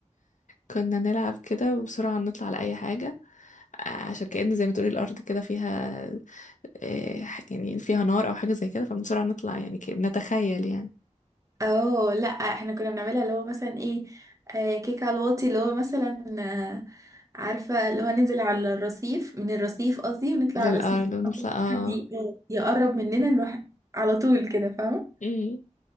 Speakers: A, on the left; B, on the right.
A: كنا نلعب كده وبسرعة نطلع على أي حاجة آه، عشان كأن زي ما تقولي الأرض كده فيها آه، ح- يعني فيها نار أو حاجة زي كده فبسرعة نطلع يعني ك- بنتخيل يعني
B: اه لا احنا كنا بنعملها اللي هو مثلا ايه آه كيك على الواطي اللي هو مثلا آه عارفة اللي هو ننزل على الرصيف من الرصيف قصدي ونطلع
A: للأرض
B: على الرصيف
A: ونطلع
B: أول ما
A: اه
B: حد ي- آه، يقرب مننا نروح على طول كده فاهمة
A: مم.